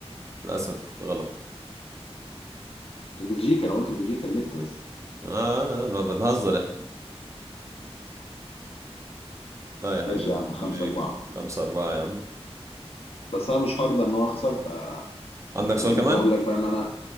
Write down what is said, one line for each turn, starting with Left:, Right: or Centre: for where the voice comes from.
Right: للاسف غلط
Left: بلجيكا أنا قلت بلجيكا النت بس
Right: اه انا بنهزر احنا لا يا حبيبي
Left: ماشي
Right: بل-
Left: يا عم خمسة
Right: بلجيك
Left: أربعة
Right: خمسة أربعة يا عم
Left: بس أنا مش هرضى إن أنا أخسر فأنا
Right: عندك سؤال
Left: ممكن
Right: كمان
Left: أقول لك بقى إن أنا